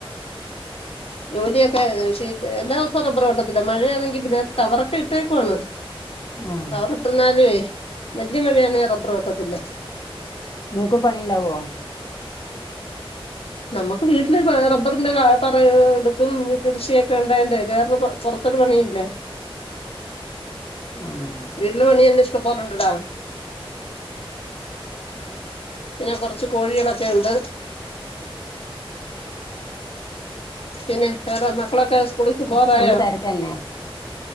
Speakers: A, on the left (about 45°); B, on the left (about 75°).
A: <inaudible>
B: ജോലിയൊക്കെ ശെ എല്ലാ ദൊവസു റബ്രവെട്ടത്തില്ല മഴയാണെങ്കി പിന്നെ കവറൊക്കെ ഇട്ടേക്കുവാണ്.
A: ആ
B: കവർഇട്ടുന്നലേ വല്യ മഴാന്നെ റബ്ബർ വെട്ടത്തില്ല.
A: ഇങ്ങക്കൂ പണിണ്ടാവോ?
B: നമുക്ക് വീട്ടില് ഏ റബ്ബറിന്റെ ത്തറ എടുത്തും കൃഷിയൊക്കെ ഉണ്ടായേണ്ടേ വേറെപർ ത്തെ ക്കെ പണി ഇല്ലേ?
A: ആഹ്.
B: വീട്ടിലെ പണി എൻന്നെ ഇഷ്ടംപോലുണ്ടലെ പിന്നെ കൊറച്ച് കോഴികളൊക്കെണ്ട്. പിന്നെ വേറെ മക്കളൊക്കെ സ്കളിക്ക് പോറായോ?
A: അപ്പൊ ഫുൾ തിരക്കന്നെ